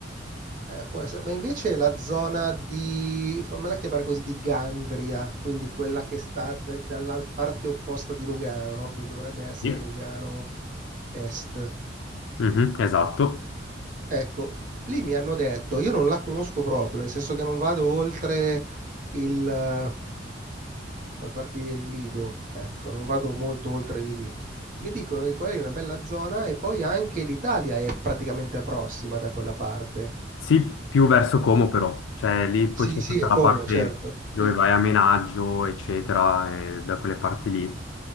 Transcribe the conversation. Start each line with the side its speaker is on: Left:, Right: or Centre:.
Right: Eh, può essere, ma invece la zona di, fammela chiamare così, di Gandria, quindi quella che sta d- dalla parte opposta di Lugano, no? Qui dovrebbe essere
Left: Sì.
Right: Lugano Est.
Left: Mhm, esatto.
Right: Ecco, lì mi hanno detto, io non la conosco proprio, nel senso che non vado oltre il, eh, la parte del Lido, ecco, non vado molto oltre di lì. Mi dicono che quella lì è una bella zona e poi anche l'Italia è praticamente prossima da quella parte.
Left: Sì, più verso Como però, cioè lì poi
Right: Sì,
Left: c'è
Right: sì,
Left: tutta
Right: è Como,
Left: la parte
Right: certo.
Left: dove
Right: Sì.
Left: vai a Menaggio, eccetera, e da quelle parti lì.